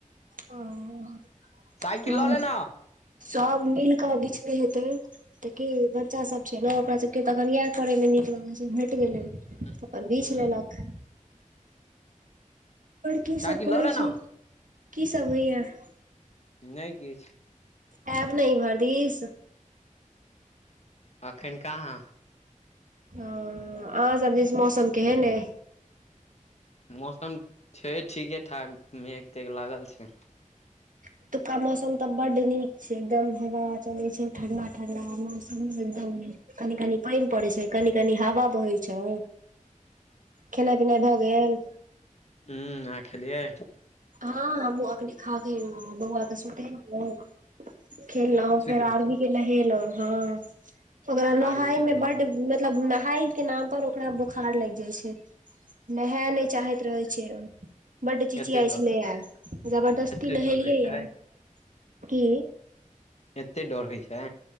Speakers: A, on the right; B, on the left.
A: हॅं
B: साइकिल लऽ ले न ह
A: सब मिल कऽ बिछने हेतै। त की बच्चा सब छै ने ओकरा सबके तऽ अखन येएह करय मे नीक लगै छै भेट गेलै।
B: ह हूं।
A: अपन बीछ लेलक और की सब
B: साइकिल
A: करै
B: लऽ ले
A: छी
B: न
A: की सब होइयेह?
B: नै किछ।
A: ऐब नै इमहर दीस?
B: अखैन कहाँ?
A: ओ अहाँ सब दिस मौसम केहेन ऐ?
B: मौसम छै ठीके ठाक मेघ- तेघ लागल छै।
A: एतुक्का मौसम तऽ बड्ड नीक छै एकदम हवा चलै छै ठंडा-ठंडा ह- मौसम एकदम नीक। कनि कनि पाइन पड़ै छै कनी कनी हावा बहै छय। खेनाय-पिनाय भऽ गेल?
B: हूं अहाँ खेलियै?
A: हाँ हमहूँ अखने खा क एलौं हें बौवा के सु तेलौं खेलौं
B: सुति
A: फेर
B: रहल
A: आरवी के नहेलौं हं। ओकरा नहाय
B: आरबी सुति
A: में
B: रहल
A: बड्ड मतलब नहाइ के नाम पर ओकरा बोखार लागि जाइ छै। नहै नै चाहैत रहै छै ओ बड चियाइ
B: एते डर
A: छेलैया जबरदस्ती
B: एते
A: नहेलियै
B: डर होइ
A: यै
B: छै
A: की
B: एत्ते डर होए छै